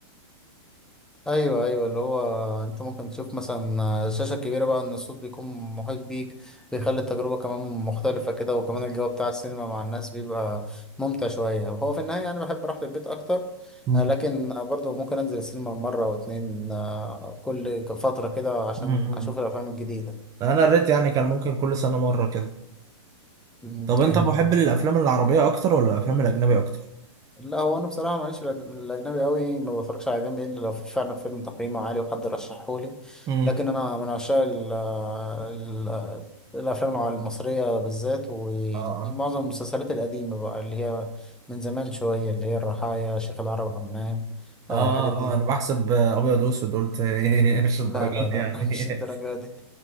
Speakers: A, in the centre; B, on the right.
A: ايوه ايوه اللي هو انت ممكن تشوف مثلا الشاشه الكبيره بقى ان الصوت بيكون محيط بيك بيخلي التجربه كمان مختلفه كده وكمان الجو بتاع السينما مع الناس بيبقى ممتع شويه هو في النهايه انا بحب راحه البيت اكتر
B: مم.
A: آه، لكن برضو ممكن انزل السينما مره او اتنين آه، كل فتره كده عشان
B: مم.
A: اشوف الافلام الجديده
B: انا الريت يعني كان ممكن كل سنة مرة كده
A: <laughs>
B: طب انت محب للافلام العربية اكتر ولا الافلام الاجنبية اكتر
A: لا هو انا بصراحه ماليش في الأج- الاجنبي قوي ما بفرجش على اجنبي الا لو في فعلا فيلم تقييمه عالي وحد رشحه لي
B: مم.
A: لكن انا من عشاق ال- ال- الافلام المصريه بالذات ومعظم
B: اه اه
A: المسلسلات القديمه بقى اللي هي من زمان شويه اللي هي الرحايا شيخ العرب همام
B: اه
A: آه،
B: اه
A: الحاجات دي
B: آه، انا بحسب ابيض واسود قلت إيه، <laughs> مش الدرجات
A: لا لا لا
B: دي يعني
A: <laughs> مش الدرجه
B: <laughs>
A: دي